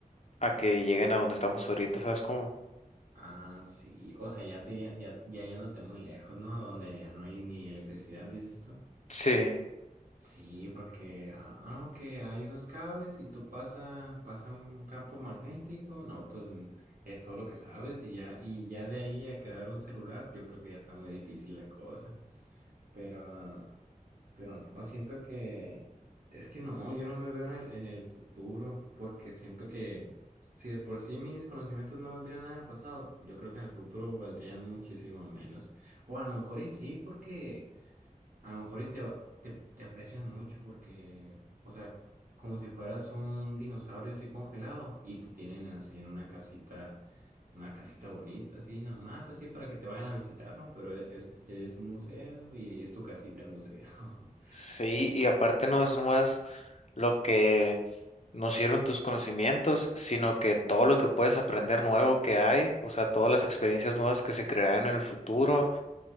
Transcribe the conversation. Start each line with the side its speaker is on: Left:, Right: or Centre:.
Left: a que lleguen a donde estamos ahorita, ¿sabes cómo?
Right: Ah, sí, o sea, ya te, ya, ya, ya yéndote muy lejos, ¿no? Donde ya no hay ni electricidad, dices tú.
Left: Sí.
Right: Sí, porque ah, ah, que hay unos cables y tú pasa, pasa un campo magnético, no, pues mm, es todo lo que sabes y ya, y ya de ahí a crear un celular, yo creo que ya está muy difícil la cosa. Pero, pero no, siento que es que no, yo no me veo en el, en el futuro, porque siento que si de por sí mis conocimientos no valdrían nada del pasado, yo creo que en el futuro valdrían muchísimo menos. O a lo mejor y sí, porque a lo mejor y te, va- te, te aprecian mucho porque, o sea, como si fueras un dinosaurio así congelado y te tienen así en una casita, una casita bonita, así nomás, así para que te vayan a visitar, ¿no? Pero e- es, es un museo y es tu casita el museo. <laughs>
Left: Sí, y aparte no es nomás lo que nos sirven tus conocimientos, sino que todo lo que puedes aprender nuevo que hay, o sea, todas las experiencias nuevas que se crearán en el futuro,